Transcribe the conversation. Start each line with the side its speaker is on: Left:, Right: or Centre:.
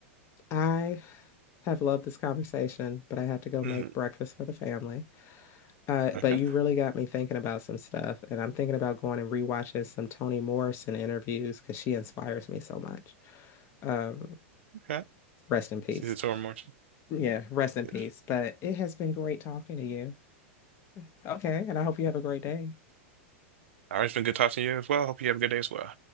Left: I have loved this conversation, but I have to go
Right: Mm.
Left: make breakfast for the family. Uh,
Right: Okay.
Left: but you really got me thinking about some stuff, and I'm thinking about going and rewatching some Toni Morrison interviews because she inspires me so much. Um,
Right: Okay.
Left: rest in peace.
Right: See you tomorrow, Martin.
Left: Yeah, rest in
Right: Yeah.
Left: peace. But it has been great talking to you. Okay, and I hope you have a great day.
Right: All right. It's been good talking to you as well. Hope you have a good day as well.